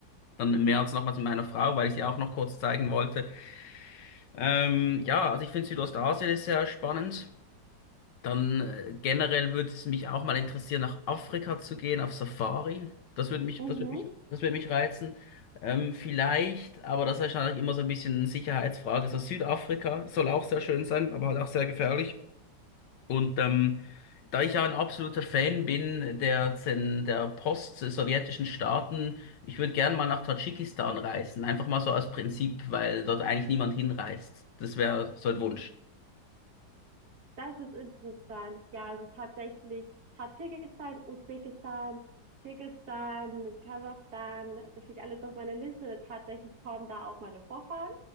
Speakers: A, on the left; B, on the right.
A: dann im März nochmals mit meiner Frau, weil ich sie auch noch kurz zeigen wollte. Ähm, ja, also ich finde Südostasien ist sehr spannend. Dann äh, generell würde es mich auch mal interessieren, nach Afrika zu gehen, auf Safari. Das würde mich,
B: Mhm.
A: das würde mich, das würde mich reizen. Ähm, vielleicht, aber das ist wahrscheinlich immer so ein bisschen eine Sicherheitsfrage. So Südafrika soll auch sehr schön sein, aber halt auch sehr gefährlich. Und ähm, da ich ja ein absoluter Fan bin der, Zen- der post-sowjetischen Staaten, ich würde gerne mal nach Tadschikistan reisen. Einfach mal so als Prinzip, weil dort eigentlich niemand hinreist. Das wäre so ein Wunsch.
B: Das ist interessant. Ja, also tatsächlich Tadschikistan, Usbekistan, Kirgisistan, Kasachstan, das steht alles auf meiner Liste. Tatsächlich kommen da auch meine Vorfahren.